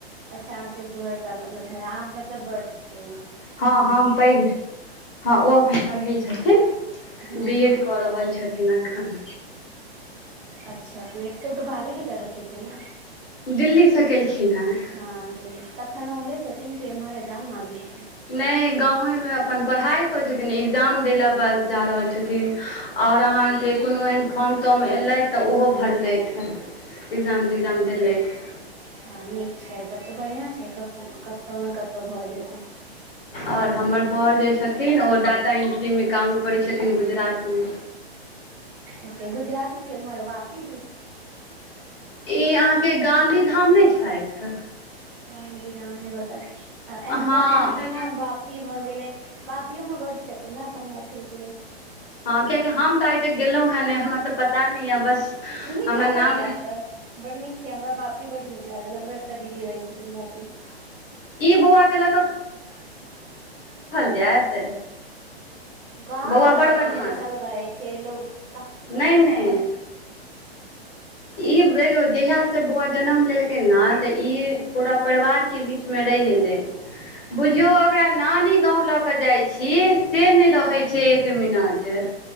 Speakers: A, on the right (about 55°); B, on the left (about 65°).
A: अच्छा अहाँके दुयेटा मतलब है अहां मतलब बड के ओ छै
B: हँ हम पैघ हँ ओ एखन पढ़ै छथिन
A: हूँ
B: बी
A: हूँ
B: एड कऽ रहल छथिन अखन
A: अच्छा <unintelligible> तऽ बाहरे से करत हेतै ने
B: दिल्लीसँ केलखिन हेँ
A: हँ दिल्ली सँ तखन ओम्हरे छथिन कि एम्हर गाम मे आ गेलखिन
B: नहि गाँवेमे अपन पढ़ाई करै छथिन एक्जाम दैला बस जा रहल छथिन आओर अहाँके कोनो एहन फॉर्म तर अलहि तऽ ओहो भरलैथि एग्जाम तेग्जाम देलैथि।
A: हँ नीक छैय तब तऽ बढ़िआँ छैय क कतहु ने कतहु भऽ जेतै।
B: और हमर बौड़ जे छथिन ओ डाटा एन्ट्रीमे काम करैत छथिन गुजरातमे।
A: अच्छा गुजरात मे केम्हर वापी दिस?
B: ई अहाँके गाँधी धाम नै छथि?
A: गांधी धाम ने बता आ अहमदाबाद
B: हँ
A: जेना वापी भए गेलै बापियोमे बड्ड छथिन ने अपन मैथिलके लोक।
B: हँ कियकि हम तऽ आय तक गेलहुं हेँ ने हमरा तऽ पता नहि य बस
A: नीक
B: हमरा
A: लागत
B: नाम
A: जायब तऽ बड नीक छैय हमरा बापी बड नीक लागल हमरो एकटा दीदी रहै छथिन बापी मे।
B: ई बौआ के ल जायत
A: कह
B: बौआ
A: वाला बात
B: बड़ बदमाश
A: होइ छैय से। सब रहै छैय लोक।
B: नहि नहि ई <unintelligible> जहिय से बौआ जनम लेलकै न तऽ ई पूरा परिवार के बीचमे रहि एलै।
A: <unintelligible>
B: बुझियौ ओकरा नानी गाँव लऽ कऽ जाइ छी से नहि रहै
A: हँ
B: छैय एक मिनट।